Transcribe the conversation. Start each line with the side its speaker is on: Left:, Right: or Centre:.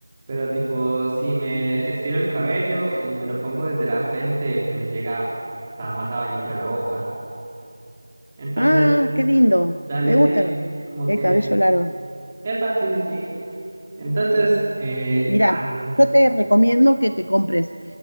Right: pero tipo, si me estiro el cabello y me lo pongo desde la frente, me llega hasta más abajito de la boca. Entonces,
Left: ah, qué lindo,
Right: dale,
Left: me gusta
Right: sí, como
Left: el
Right: que,
Left: cabello largo.
Right: epa, sí, sí, sí. Entonces, eh,
Left: Mirá,
Right: dale.
Left: yo te recomiendo que te compres